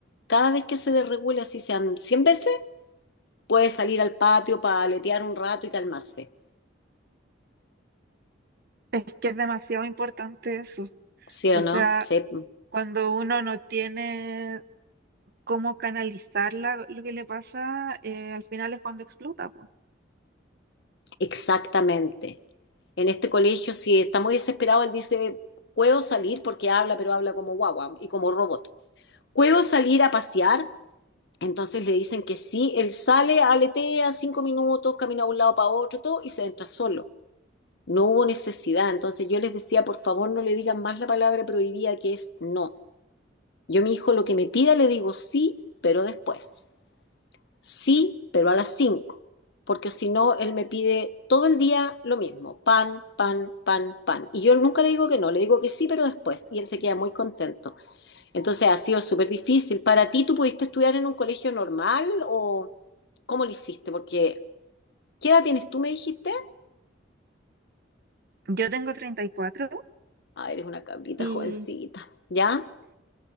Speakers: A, on the left; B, on the right.
A: Cada vez que se desregula, si sean 100 veces, puede salir al patio para aletear un rato y calmarse.
B: Es que es demasiado importante eso.
A: ¿Sí o
B: O
A: no?
B: sea,
A: Sí,
B: Cuando uno no tiene cómo canalizar la- lo que le pasa, eh, al final es cuando explota, po.
A: exactamente. En este colegio, si está muy desesperado, él dice, puedo salir porque habla, pero habla como guagua y como robot. ¿Puedo salir a pasear? Entonces le dicen que sí, él sale, aletea cinco minutos, camina de un lado para otro, todo, y se entra solo. No hubo necesidad. Entonces yo les decía, por favor, no le digan más la palabra prohibida que es no. Yo a mi hijo lo que me pida le digo sí, pero después. Sí, pero a las cinco. Porque si no, él me pide todo el día lo mismo, pan, pan, pan, pan. Y yo nunca le digo que no, le digo que sí, pero después. Y él se queda muy contento. Entonces ha sido súper difícil. ¿Para ti tú pudiste estudiar en un colegio normal o cómo lo hiciste? Porque, ¿qué edad tienes tú, me dijiste?
B: Yo tengo 34 y, cuatro
A: Ah, eres una cabrita
B: y
A: jovencita. ¿Ya?